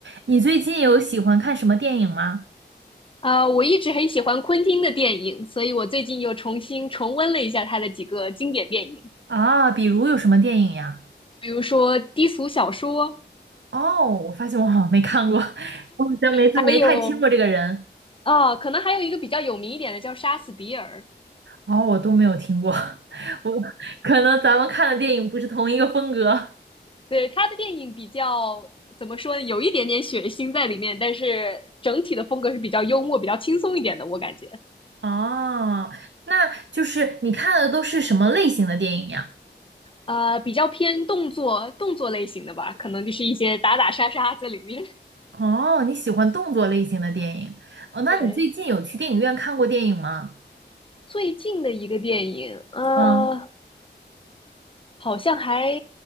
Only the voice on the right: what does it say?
你最近有喜欢看什么电影吗？
啊，比如有什么电影呀？
哦，我发现我好像没看过，<laughs> 我好像没怎没太听过这个人。
哦，我都没有听过，<laughs> 我可能咱们看的电影不是同一个风格。
哦，那就是你看的都是什么类型的电影呀？
哦，你喜欢动作类型的电影。哦，那你最近有去电影院看过电影吗？
嗯。